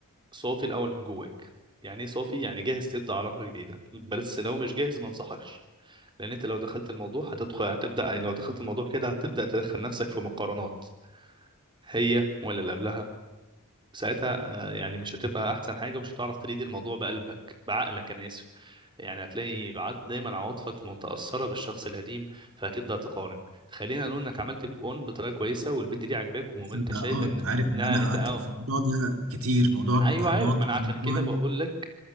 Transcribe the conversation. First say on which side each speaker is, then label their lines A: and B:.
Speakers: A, on the right; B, on the right.
A: صافي الاول من جواك يعني ايه صافي يعني جاهز تبدا علاقه جديده بس لو مش جاهز ما انصحكش لان انت لو دخلت الموضوع هتدخل هتبدا لو دخلت الموضوع كده هتبدا تدخل نفسك في مقارنات هي ولا اللي قبلها ساعتها آه، يعني مش هتبقى احسن حاجه ومش هتعرف تريد الموضوع بقلبك بعقلك انا اسف يعني هتلاقي عاد- دايما عواطفك متاثره بالشخص القديم فهتبدا تقارن خلينا نقول انك عملت موف اون بطريقه كويسه والبنت دي عاجباك وانت
B: بس انت
A: شايف
B: اه
A: ان
B: انت عارف ان
A: انها
B: انا
A: انت
B: قعدت
A: اه
B: في الموضوع ده كتير موضوع المقارنات
A: ايوه عارف ما انا
B: وموضوع
A: عشان كده
B: ال-
A: بقول لك